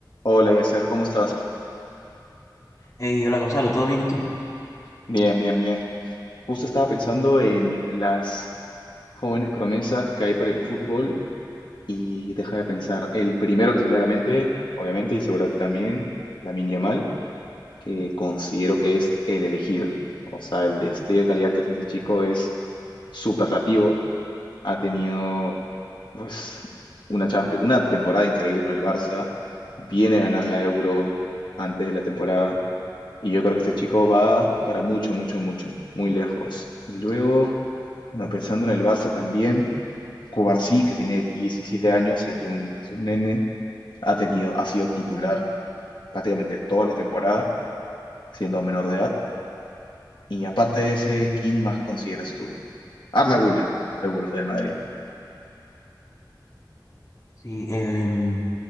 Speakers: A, on the left; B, on the left.
A: Hola, Yasser, ¿cómo estás?
B: Hey, hola Gonzalo, ¿todo bien y tú?
A: Bien, bien, bien. Justo estaba pensando en las jóvenes promesas que hay para el fútbol y deja de pensar. El primero que se me viene a la mente, obviamente, y seguramente también, Lamine Yamal, que considero que es el elegido. O sea, el destello de calidad que tiene este chico es superlativo. Ha tenido, pues, una Champions, una temporada increíble con el Barça. Viene a ganar la Euro antes de la temporada Y yo creo que este chico va para mucho, mucho, mucho, muy lejos. Y luego, bueno, pensando en el Barça también, Cubarsí, que tiene 17 años, es un, es un nene, ha tenido, ha sido titular prácticamente toda la temporada, siendo menor de edad. Y aparte de ese, ¿quién más consideras tú? Arda Güler, seguro, del Madrid.
B: Sí, em,